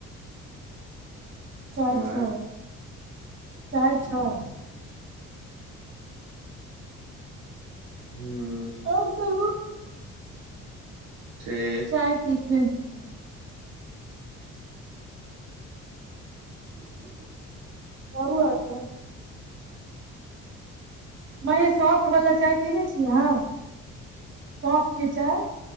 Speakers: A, on the right; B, on the right.
A: चार
B: आर
A: छ। चार छओ।
B: हूँ
A: ओर कह
B: ठीक
A: चाय पीथेन। ह
B: <unintelligible>
A: करूअ छै। मय शॉपवला चाय पीने छीियै अह। सॉफ के चाय